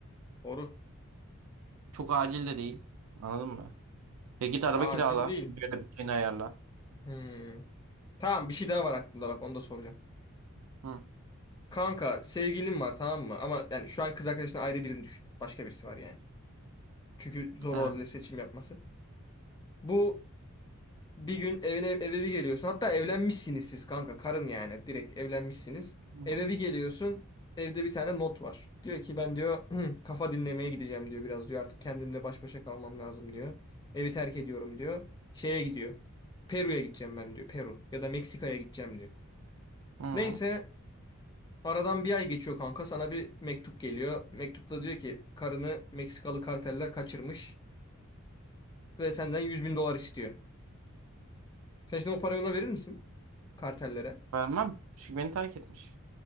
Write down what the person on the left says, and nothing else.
Doğru.
Acil
değil.
Hmm. Tamam bir şey daha var aklımda bak onu da soracağım.
Kanka sevgilin var tamam mı? Ama yani şu an kız arkadaşına ayrı birini düşün. Başka birisi var yani. Çünkü zor
olabilir seçim yapması. Bu bir gün evine eve bir geliyorsun. Hatta evlenmişsiniz siz kanka karın yani direkt evlenmişsiniz.
Eve bir geliyorsun. Evde bir tane not var. Diyor ki ben diyor <clears throat> kafa dinlemeye gideceğim diyor biraz diyor. Artık kendimle baş başa kalmam lazım diyor. Evi terk ediyorum diyor. Şeye gidiyor. Peru'ya gideceğim ben diyor. Peru ya da Meksika'ya gideceğim diyor.
Neyse Aradan bir ay geçiyor kanka. Sana bir mektup geliyor. Mektupta diyor ki karını Meksikalı karteller kaçırmış ve senden 100 bin dolar istiyor. Sen şimdi o parayı ona verir misin? Kartellere.